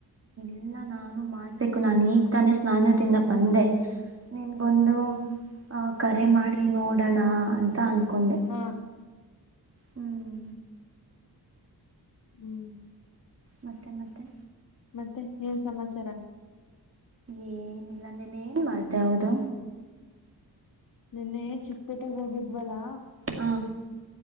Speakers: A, on the right (about 35°); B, on the left (about 55°).
A: ಇಲ್ಲ ನಾನು ಮಾಡ್ಬೇಕು ನಾನು ಈಗ ತಾನೇ ಸ್ನಾನದಿಂದ ಬಂದೆ. ನಿನ್ಗೊಂದು ಹ ಕರೆ ಮಾಡಿ ನೋಡೋಣ ಅಂತ ಅನ್ಕೊಂಡೆ.
B: ಹಾ
A: ಹ್ಮ್
B: ಹ್ಮ್
A: ಮತ್ತೆ ಮತ್ತೆ.
B: ಮತ್ತೆ ಏನ್ ಸಮಾಚಾರ.
A: ಏನಿಲ್ಲ ನೆನ್ನೆ ಏನ್ ಮಾಡ್ದೆ ಹೌದು.
B: ನೆನ್ನೆ ಚಿಕ್ಕಪೇಟೆೆಗೆ ಹೋಗಿದ್ವಲ್ಲಾ.
A: ಹಾ